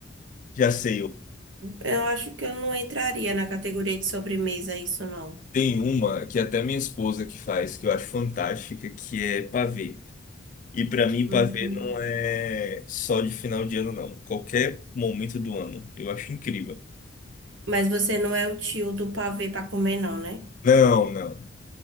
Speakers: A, on the left (about 40°); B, on the right (about 70°).
A: Já sei,
B: É, Eu acho que eu não entraria na categoria de sobremesa isso, não.
A: Tem uma que até minha esposa que faz, que eu acho fantástica, que é pavê. E pra mim,
B: Uhum.
A: pavê não é só de final de ano, não. Qualquer momento do ano. Eu acho incrível.
B: Mas você não é o tio do pavê para comer, não, né?
A: Não, não.